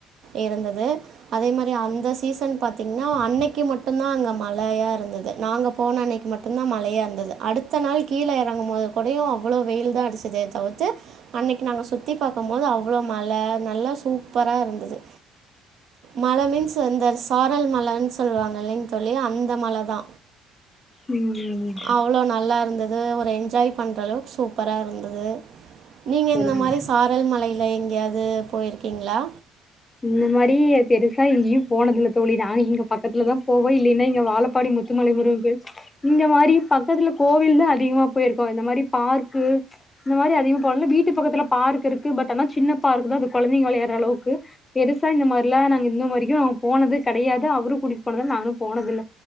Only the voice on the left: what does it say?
ம்
சரிங்க
இந்த மாரி பெருசா எங்கியு போனதில்ல தோழி நாங்க இங்க பக்கத்துல தா போவோ இல்லைன்னா இங்க வாழ பாடி முத்துமலை முருகன் கோயில் இந்த மாரி பக்கத்துல கோவில் தா அதிகமா போயிருக்கோ இந்த மாரி பார்க்கு இந்த மாரி அதிகமா போனதில்ல வீட்டு பக்கத்துல பார்க் இருக்கு பட் ஆனா சின்ன பார்க் தா அது கொழந்திங்க வளையாடுற அளவுக்கு பெருசா இந்த மாரிலா நாங்க இந்த மாரியு போனது கடையாது அவரும் கூட்டிட் போனதில்ல நானு போனதில்ல